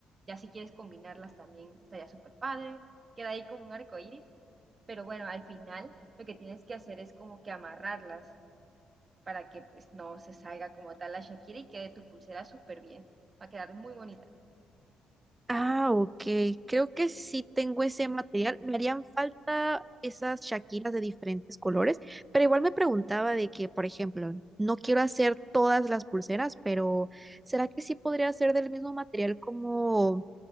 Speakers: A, on the right; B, on the right.
A: ya si quieres combinarlas también estaría súper padre, queda ahí como un arco iris, pero bueno, al final lo que tienes que hacer es como que amarrarlas para que pues no se salga como tal la Shakira y quede tu pulsera súper bien. Va a quedar muy bonita.
B: Ah, ok. Creo que sí tengo ese material. Me harían falta esas shakiras de diferentes colores, pero igual me preguntaba de que, por ejemplo, no quiero hacer todas las pulseras, pero ¿será que sí podría hacer del mismo material como